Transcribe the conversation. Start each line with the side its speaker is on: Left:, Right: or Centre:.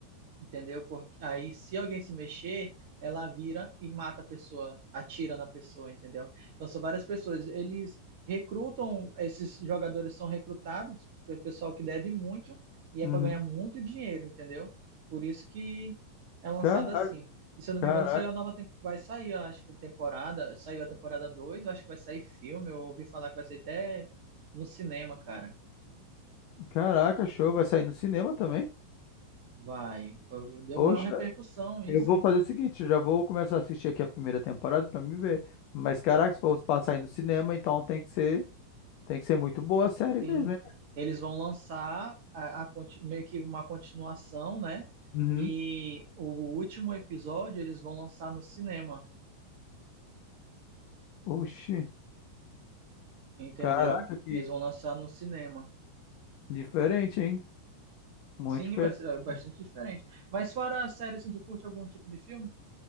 Right: entendeu? Porque aí, se alguém se mexer, ela vira e mata a pessoa, atira na pessoa, entendeu? Então, são várias pessoas. Eles recrutam, esses jogadores são recrutados, é pessoal que deve muito, e é
Left: Uhum.
Right: para ganhar muito dinheiro, entendeu? Por isso que é lançado
Left: Caraca,
Right: assim. E se eu não
Left: caraca,
Right: me engano, saiu a nova, tem- vai sair, eu acho que temporada, saiu a temporada dois eu acho que vai sair filme, eu ouvi falar que vai sair até no cinema, cara.
Left: caraca, show. Vai sair no cinema também?
Right: Vai, deu
Left: Poxa.
Right: maior repercussão isso.
Left: Eu vou fazer o seguinte, eu já vou começar a assistir aqui a primeira temporada pra me ver. Mas caraca, se for passar aí no cinema, então tem que ser, tem que ser muito boa a série mesmo,
Right: Sim,
Left: hein?
Right: eles vão lançar a, a conti- meio que uma continuação, né?
Left: Uhum.
Right: E o último episódio eles vão lançar no cinema,
Left: Oxi,
Right: entendeu?
Left: caraca, que
Right: Eles vão lançar no cinema.
Left: diferente, hein? Muito
Right: Sim,
Left: diferente.
Right: vai ser é bastante
Left: mesmo.
Right: diferente. Mas fora a série, assim, tu curte algum tipo de filme?